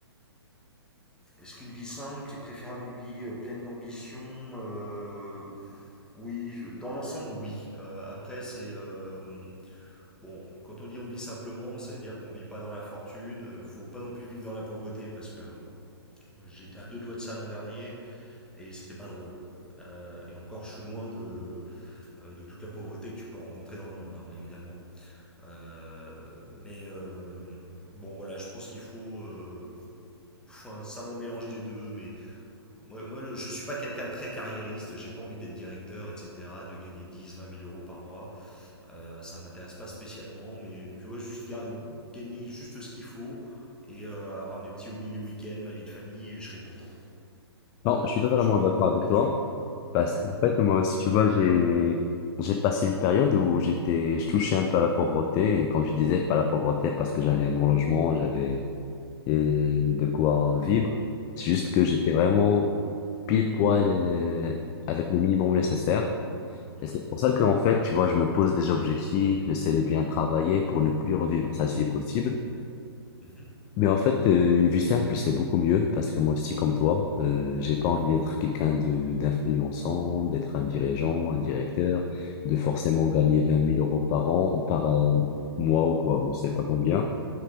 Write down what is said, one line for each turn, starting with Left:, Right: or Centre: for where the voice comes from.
Centre: Est-ce qu'une vie simple est préférable à une vie euh, pleine d'ambition Euh, Oui, je- dans l'ensemble, oui. Euh, après, c'est euh, bon. Quand on dit on vit simplement, ça veut dire qu'on vit pas dans la fortune. Euh, Faut pas non plus vivre dans la pauvreté parce que j'étais à deux doigts de ça l'an dernier. et c'est pas drôle. Euh, et encore, je suis loin de, euh, de toute la pauvreté que tu peux rencontrer dans le monde, hein, évidemment. Euh, mais euh, bon, voilà, je pense qu'il faut, euh, faut, un savant mélange des deux. Mais moi, moi je suis pas quelqu'un de très carriériste, j'ai pas envie d'être directeur, etc., de gagner dix vingt mille euros par mois. Euh, ça m'intéresse pas spécialement, mais tu vois, juste garder, gagner juste ce qu'il faut et euh, avoir mes petits hobbies les week-ends, ma vie de famille, et je serai content.
Left: Non, je suis totalement
Centre: Je sais pas,
Left: d'accord
Centre: toi,
Left: avec
Centre: comment
Left: toi.
Centre: tu es
Left: Parce
Centre: Ouais.
Left: qu'en fait, moi aussi, tu vois, j'ai j'ai passé une période où j'étais, je touchais un peu à la pauvreté. Et quand je disais pas la pauvreté, parce que j'avais mon logement, j'avais et de quoi vivre. C'est juste que
Centre: Mmh.
Left: j'étais vraiment pile poil euh, avec le minimum nécessaire.
Centre: Mmh.
Left: Et c'est pour ça que, en fait, tu vois, je me pose des objectifs, j'essaie de bien travailler pour ne plus revivre ça si possible.
Centre: Mmh.
Left: Mais en fait, euh, une vie simple, c'est beaucoup mieux parce que moi aussi, comme toi, euh, j'ai pas
Centre: Mhm,
Left: envie d'être quelqu'un de d'influençant, d'être un dirigeant, un directeur, de forcément gagner vingt mille euros par an, par euh, mois ou quoi, ou je sais pas combien.